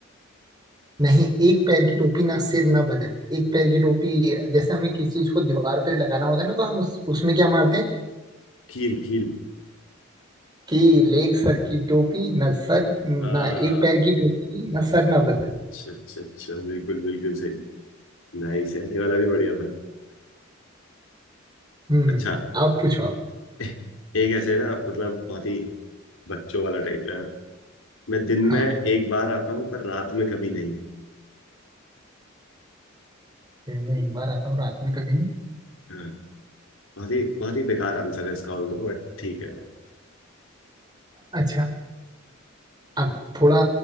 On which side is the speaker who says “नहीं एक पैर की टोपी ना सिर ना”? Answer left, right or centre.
Right